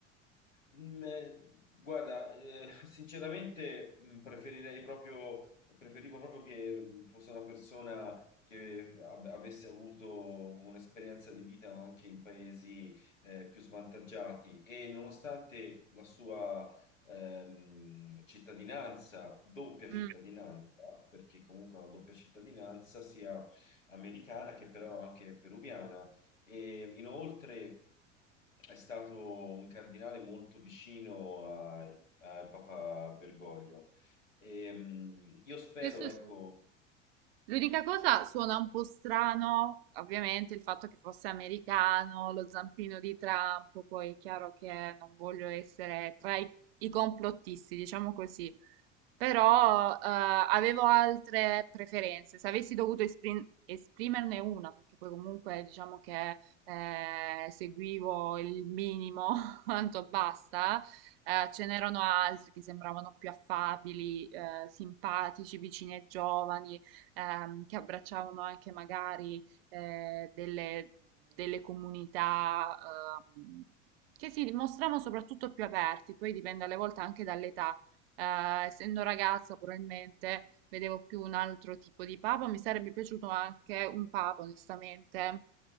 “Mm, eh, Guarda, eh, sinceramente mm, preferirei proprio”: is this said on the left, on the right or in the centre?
Left